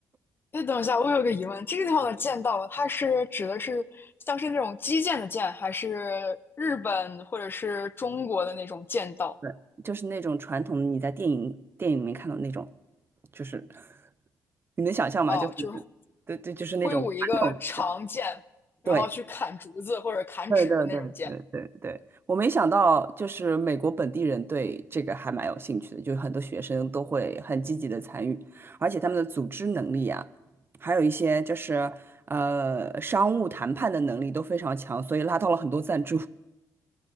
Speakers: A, on the left; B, on the right.
A: 哎，等一下，我有个疑问，这个地方的剑道，它是指的是像是那种击剑的剑，还是日本或者是中国的那种剑道？
B: 对，就是那种传统的你在电影电影里面看到那种，就是 <laughs> 你能想象吗？
A: 哦，
B: 就是对对，
A: 就是
B: 就是那种传统的。
A: 挥舞一个长剑，然后去砍竹子或者砍纸的那种剑。
B: 对对对对对对对，我没想到，就是美国本地人对这个还蛮有兴趣的，就是很多学生都会很积极的参与，而且他们的组织能力啊，还有一些就是呃商务谈判的能力都非常强，所以拉到了很多赞助。